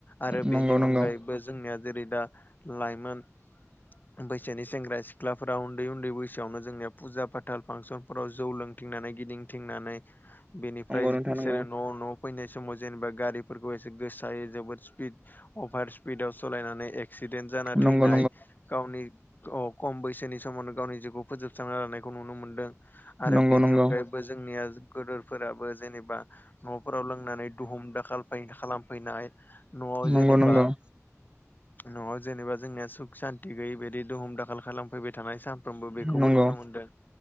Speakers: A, on the left; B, on the right.
A: आरो
B: नंगौ
A: बेनि
B: नंगौ
A: अनगायैबो जोंनिया जेरै दा लाइमोन बैसोनि सेंग्रा सिख्लाफोरा उन्दै उन्दै बैसोआवनो जोंनिया फुजा फाथाल फांसन फोराव जौ लोंथिंनानै गिदिंथिंनानै बेनिफ्राय
B: नंगौ नोंथां
A: बिसोरो
B: नंगौ
A: न' न' फैनाय समाव जेनबा गारिफोरखौ एसे गोसायै जोबोद स्पिड अभार स्पिडाव सलायनानै एक्सिडेन्ट जाना
B: नंगौ
A: थैनाय गावनि अ खम बैसोनि समावनो गावनि जिउखौ फोजोबस्रांना लानायखौ नुनो मोनदों
B: नंगौ
A: आरो बेनि
B: नंगौ
A: अनगायैबो जोंनिया गोदोरफोराबो जेनेबा न'फोराव लोंनानै दुम दाखाल खालामफैनाय न'वाव
B: नंगौ
A: जेनेबा
B: नंगौ
A: न'वाव जेनेबा जोंनिया सुख सान्ति गैयि बिदि दुम दाखाल खालामफैबाय थानाय सानफ्रोमबो बेखौबो
B: नंगौ
A: नुनो मोनदों